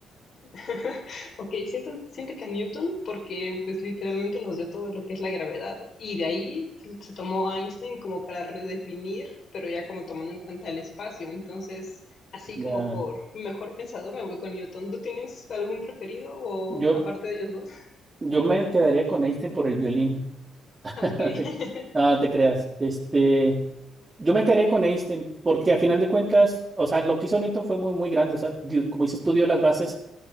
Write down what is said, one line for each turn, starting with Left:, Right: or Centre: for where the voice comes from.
Left: <laughs> Ok, siento, siento que a Newton porque pues literalmente nos dio todo lo que es la gravedad y de ahí se tomó Einstein como para redefinir, pero ya como tomando en cuenta el espacio. Entonces, así
Right: Ya.
Left: como por mejor pensado me voy con Newton. ¿Tú tienes algún preferido o
Right: Yo,
Left: aparte de ellos dos?
Right: yo me quedaría con Einstein por el violín. <laughs>
Left: <laughs> Aunque
Right: No
Left: <laughs>
Right: te, no te creas. Este, yo me quedaría con Einstein porque a final de cuentas, o sea, lo que hizo Newton fue muy, muy grande. O sea, dio- como dices, tú dio las bases